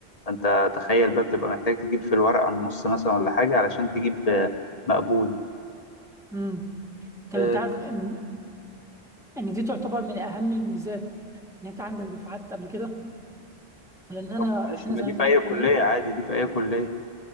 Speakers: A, on the left; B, in the centre.
A: فأنت تخيل بقى بتبقى محتاج تجيب في الورقة النص مثلا ولا حاجة علشان تجيب آه، مقبول
B: امم طب
A: آه،
B: انت عارف ان ان دي تعتبر من اهم الميزات ان انت عندك دفعات قبل كده لان انا
A: طب ماشي
B: احنا
A: ما
B: زي
A: دي
B: ما انت
A: في
B: عارف
A: أي كلية
B: ان
A: عادي دي في أي كلية